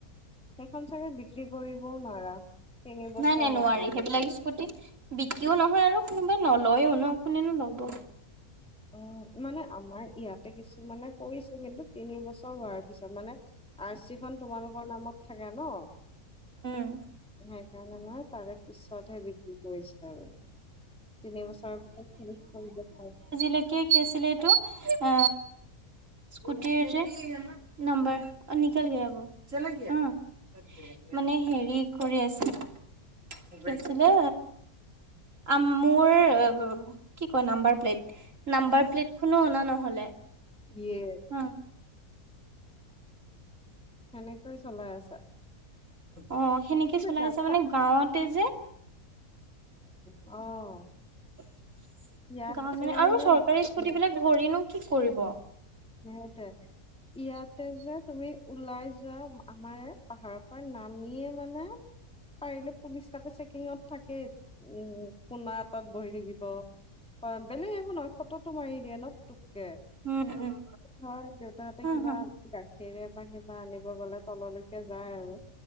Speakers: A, in the centre; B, on the right.
A: সেইখন চাগে বিক্ৰী কৰিবও নোৱাৰা তিনি বছৰ
B: নাই, নাই
A: নোহোৱালৈকে
B: নোৱাৰি। সেইবিলাক স্কু টি, বিক্ৰীও নহয় আৰু কোনেও নলয়ো ন, কোনেনো ল'ব?
A: উম, মানে আমাৰ ইয়াতে কিছুমানে কৰিছে, কিন্তু তিনি বছৰ হোৱাৰ পিছত মানে আৰচিখন তোমালোকৰ নামত থাকে ন?
B: উম
A: সেইকাৰণে নহয়, তাৰে পিছতে বিক্ৰী কৰিছে আৰু তিনি বছৰ পিছত <unintelligible> কৰি দেখাই।
B: নে, কি, কি আছিলে এইটো? আ স্কুটিৰ যে নাম্বাৰ, অ', নিকল গায়া ৱহ, হা মানে হেৰি কৰি আছিল। কি আছিলে? আম মোৰ কি কয়? Number plate. নাম্বাৰ প্লেটখনো অনা নহ'লে।
A: য়ে
B: হা
A: কেনেকৈ চলাই আছা?
B: অ', সেনেকৈ
A: আচলতে
B: চলাই
A: গাত
B: আছা, মানে গাঁৱতে যে
A: অ'।
B: গাঁৱত
A: ইয়াত যে
B: মানে আৰু চৰকাৰী স্কুটিবিলাক
A: উম
B: ধৰিনো কি কৰিব?
A: সেইটোৱে ইয়াতে যে তুমি ওলাই যোৱা, আমাৰ এ, পাহাৰৰ পৰা নামিয়ে মানে পাৰিলে পুলিচ তাতে চেকিঙত থাকেই। উম। কোনা এটাত বহি থাকিব। বেলেগ একো নহয়, ফটোটো মাৰি দিয়ে ন, পুটুককে।
B: উম, উম।
A: হয়, দেউতাহঁতে কিবা
B: হা
A: গাখীৰে বা কিবা আনিব গ'লে তললৈকে যায় আৰু